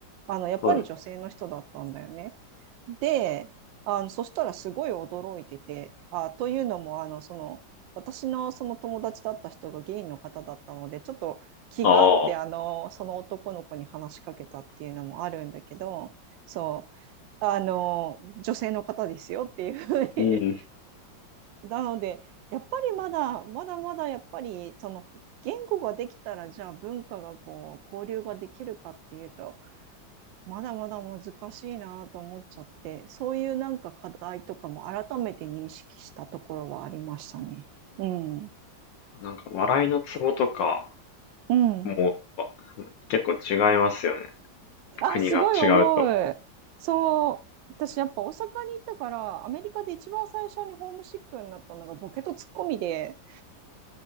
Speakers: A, on the right; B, on the left.
A: あの、やっぱり女性の人だったんだよね。
B: あ。はい。
A: で、あの、そしたらすごい驚いてて、あ、というのも、あの、その、私のその友達だった人がゲイの方だったので、ちょっと気があって、
B: ああ。
A: あの、その男の子に話しかけたっていうのもあるんだけど、そう。あの、女性の方ですよっていうふうに
B: うん。
A: なので、やっぱりまだ、まだまだやっぱり、その言語ができたら、じゃあ文化がこう、交流ができるかっていうと、まだまだ難しいなと思っちゃって、そういうなんか課題とかも改めて認識したところはありましたね。うん。
B: なんか笑いのツボとか
A: うん。
B: も結構違いますよね。
A: あ、
B: 国が違うと。
A: すごい重い。そう。私やっぱ大阪に行ったから、アメリカで一番最初にホームシックになったのがボケとツッコミで、